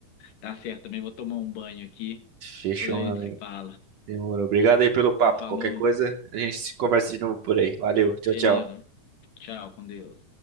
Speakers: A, on the left; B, on the right.
A: Tá certo, também vou tomar um banho aqui.
B: Fechou,
A: Depois a
B: meu
A: gente
B: amigo.
A: se fala.
B: Demorou. Obrigado aí pelo papo.
A: Então, falou.
B: Qualquer coisa, a gente se conversa de novo por aí. Valeu. Tchau,
A: Beleza.
B: tchau.
A: Tchau, com Deus.